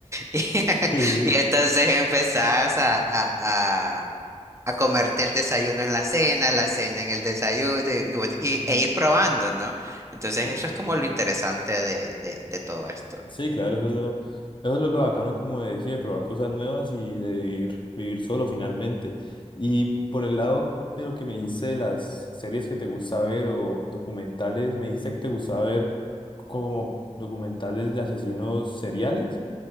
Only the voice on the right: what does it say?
Y,
y entonces empezás a, a, a- a comerte el desayuno en la cena, la cena en el desayuno y, y vos- y-
e ir probando, ¿no? Entonces
eso es como lo interesante de, de de todo esto.